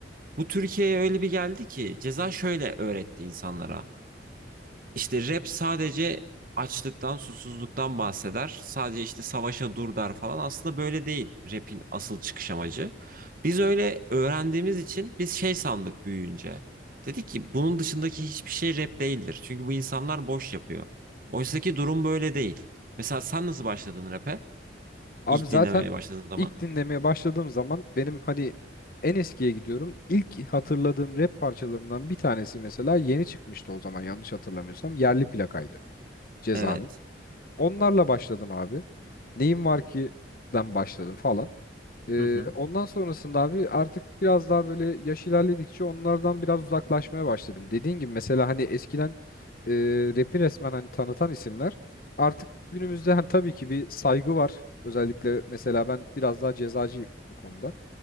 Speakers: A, on the right; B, on the left.
A: Bu Türkiye'ye öyle bir geldi ki ceza şöyle öğretti insanlara. İşte rap sadece açlıktan, susuzluktan bahseder. Sadece işte savaşa dur der falan. Aslında böyle değil rap'in asıl çıkış amacı. Biz öyle öğrendiğimiz için biz şey sandık büyüyünce. Dedik ki bunun dışındaki hiçbir şey rap değildir. Çünkü bu insanlar boş yapıyor. Oysaki durum böyle değil. Mesela sen nasıl başladın rap'e?
B: Abi
A: İlk
B: zaten
A: dinlemeye başladığın zaman.
B: ilk dinlemeye başladığım zaman benim hani en eskiye gidiyorum. İlk hatırladığım rap parçalarından bir tanesi mesela yeni çıkmıştı o zaman yanlış hatırlamıyorsam. Yerli plakaydı Ceza'nın.
A: Evet.
B: Onlarla başladım abi. Neyim var ki den başladım falan. Ee,
A: Hı hı.
B: ondan sonrasında abi artık biraz daha böyle yaş ilerledikçe onlardan biraz uzaklaşmaya başladım. Dediğin gibi mesela hani eskiden e, rap'i resmen hani tanıtan isimler artık günümüzde hani tabii ki bir saygı var. Özellikle mesela ben biraz daha cezacıyım bu konuda